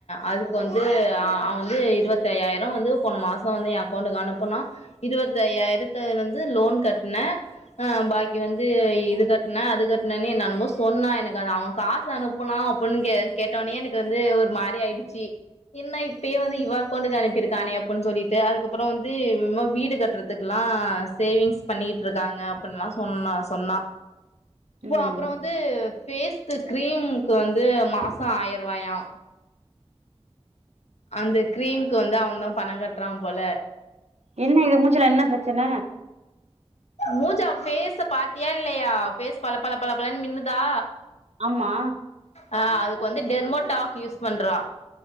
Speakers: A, on the left (about 80°); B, on the right (about 80°).
A: அதுக்கு வந்து அ அவ வந்து இருவத்தையாய்ரொ வந்து போன மாசொ வந்து ஏ அக் கௌண்டுக் அனுப்புனா இருவத்தையாய்ரத்த வந்து லோன் கட்ன ஆ பாக்கி வந்து இது கட்ன அது கட்னனு என்னென்னமோ சொன்னா எனக்கு அது அவ கா சு அனுப்புனா அப்புன் கே கேட்ட ஒன்னேயே எனக்கு வந்து ஒரு மாரி ஆய்டிச்சி என்ன இப்பயே வந்து இவ அக்கௌண்ட்டுக்கு அனுப்பிர்க்கானே அப்புன் சொல்லிட்டு அதுக்கப்றொ வந்து <unintelligible> வீடு கட்றதுக்குல்லா சேவிங்ஸ் பண்ணியிட்ருக்காங்க அப்பின்லா சொன்னா சொன்னா
B: ம்
A: ஓ அப்றொ வந்து ஃபேஸ் து க்ரீம்க்கு வந்து மாசொ ஆய்ருவாயா அந்த க்ரீம்க்கு வந்து அவன்தா பணங்கட்றா போல
B: என்ன இது மூஞ்சுல என்ன பிரச்சன
A: மூஞ்ச ஃபேச பாத்தியா இல்லயா ஃபேஸ் பல பல பலன்னு மின்னுதா
B: ஆமா
A: ஆ அதுக்கு வந்து டெர்மோ டாக் யூஸ் பண்றா